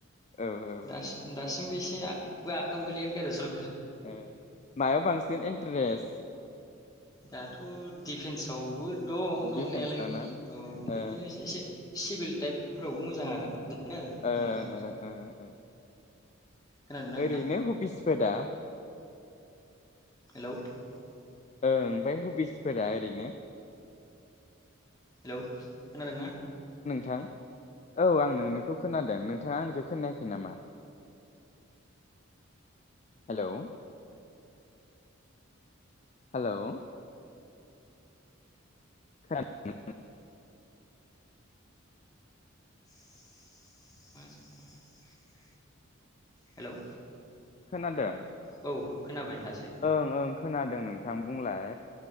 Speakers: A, on the left; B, on the left.
A: औ औ
B: दासि दासि बो एसेबो आखायाव गोलैयाखै आरो सोर
A: ओ मायाव बांसिन इन्टारेस्ट
B: दाथ' दिफेन्सआव बो दं दंनायालाय
A: दिफेन्सआव
B: औ ओमफ्राय
A: ना ओ
B: बिदिनो एसे सिभिल टाइप फोरावबो मोजां आरो मोनो आरो
A: ओ
B: मावनो
A: ओ
B: खोनादोंना नोंथां
A: ओरैनो हबिसफोर दा
B: <unintelligible>
A: ओं ओमफ्राय हबिसफोरा ओरैनो
B: हेलौ खोनादोंना
A: थां औ आं नोंनिखौ खोनादों नोंथाङा आंनिखौ खोनायाखै नामा हेलौ हेलौ <unintelligible>
B: <unintelligible> हेलौ
A: खोनादो
B: औ खोनाबाय दासो
A: ओं ओं खोनादों नों थां बुंलाय